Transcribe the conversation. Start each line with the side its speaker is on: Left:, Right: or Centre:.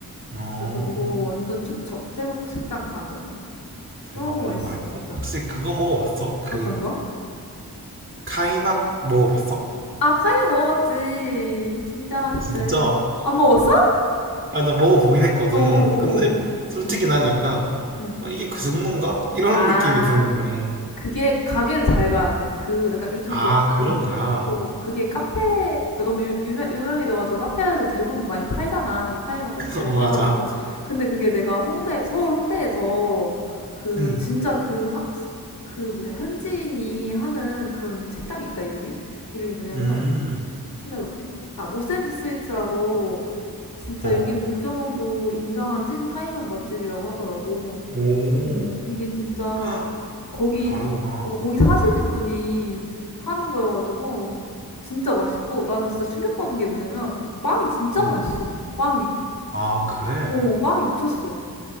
Right: 어,
Left: 그래서 이거 완전 추천. 태국 식당 가면은.
Right: 대박,
Left: 너무
Right: 먹어봐야겠다.
Left: 맛있어, 진짜.
Right: 어, 혹시 그거 먹어봤어? 그,
Left: 어떤가?
Right: 카이막 먹어봤어?
Left: 아, 카이오 먹어봤지. 진짜 맛있지.
Right: 진짜?
Left: 안 먹어봤어?
Right: 아니, 나 먹어보긴 했거든.
Left: 어어어어어.
Right: 근데, 솔직히
Left: 음,
Right: 난 약간,
Left: 음.
Right: 어, 이게 그 정도인가? 이런
Left: 아,
Right: 느낌이 드는 거야.
Left: 그게 가게를 잘 가야 돼. 그 약간 요즘
Right: 아,
Left: 또,
Right: 그런
Left: 어.
Right: 거야.
Left: 어 그게 카페, 그 너무 유, 유명, 유명해져가지고 카페에서 대부분 많이 팔잖아. 이 카이막 세트
Right: <laughs>
Left: 이렇게
Right: 어, 맞아.
Left: 해가지고. 근데 그게 내가 홍대, 서울 홍대에서 그
Right: 음,
Left: 진짜 그, 하, 그 뭐냐, 현지인이 하는 그런 식당이 있다, 이름이? 이름이 뭐냐면,
Right: 음,
Left: 찾아볼게. 아, 모센지 스위츠라고 진짜
Right: 어,
Left: 여긴 백종원도 인정한 찐 카이막 맛집이라고 하더라고.
Right: 오,
Left: 음, 이게
Right: <gasps>
Left: 진짜
Right: 헉,
Left: 거기
Right: 다르구나.
Left: 어, 거기 사시는 분이 하는 거여가지고 진짜 맛있고 나는 진짜 충격받은 게 뭐냐면 빵이 진짜
Right: 음,
Left: 맛있어. 빵이.
Right: 아, 그래?
Left: 어, 빵이 미쳤어.